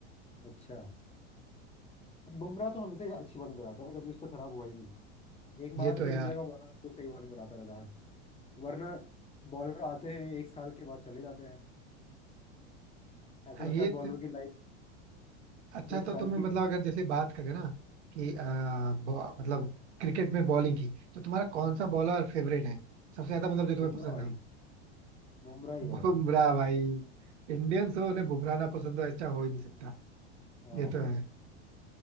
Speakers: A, on the left; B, on the right.
A: अच्छा बुमराह तो हमेशा अच्छी बॉलिंग कराता है कभी उसका खराब हुआ ही नहीं एकमात्र
B: ये तो
A: इंडिया
B: यार
A: का बॉलर जो सही बॉलिंग कराता रहता है वरना बॉलर आते हैं एक साल के बाद चले जाते हैं ऐसा
B: हाँ
A: लगता
B: ये
A: है बॉलर की लाइफ
B: अच्छा
A: एक
B: तो
A: साल
B: तुम्हें
A: की
B: मतलब
A: रहती
B: अगर
A: है
B: जैसे बात करें ना कि अ, बॉ- मतलब क्रिकेट में बॉलिंग की तो तुम्हारा कौन सा बॉलर फेवरेट है सबसे ज्यादा मतलब जो तुम्हें
A: बुमराह
B: पसंद
A: भाई
B: हो
A: बुमराह ही है
B: बुमराह
A: भाई
B: भाई इंडियंस हो उन्हें बुमराह ना पसंद हो ऐसा हो ही नहीं सकता
A: हाँ
B: ये तो
A: <laughs>
B: है